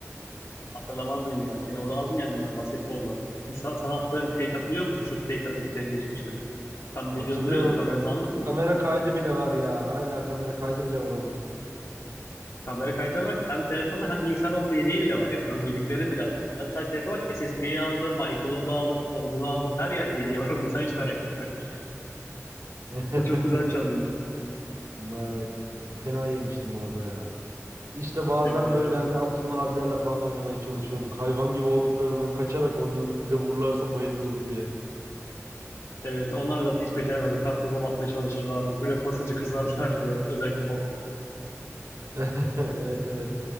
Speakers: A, on the left; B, on the right.
A: hatırlamaz mıyım yani? Seni orada az mı yendim ben basketbolda? <laughs> Sa- Sana attığın fake hatırlıyor musun? Şut fake atıp seni geçmiştim. Tam
B: Hatırlıyorum.
A: video duruyordu. Kameradan almıştım.
B: Kamera kaydı bile var ya. Hala kamera kaydı bile var onun.
A: Kamera kaydına bak. Hem telefonu hem bilgisayar onun yedeği bile var. Yani ben onun yedeklerini bile aldım. Hadi sadece telefona bak. SSD'yi aldım. iCloud'u aldım. Onu bunu aldım. Her yerde yedeği var. Onu sen hiç merak etme. <laughs>
B: <laughs>
A: O çok güzel çalındı.
B: Ma- Fena yemiştim orada ya. İşte bazen
A: Evet evet
B: böyle
A: çok
B: hani
A: güzel.
B: Abdullah abilerle falan oynamaya çalışıyorduk. Hayvan gibi olduklarından kaçarak oynuyorduk. Bize vururlarsa bayılırız diye.
A: Evet onlar da zaten hiç beceremezdi. Karpuzlama atmaya çalışırlardı. Blok basınca kızarlardı. <laughs> Özellikle babam.
B: <laughs> Evet evet.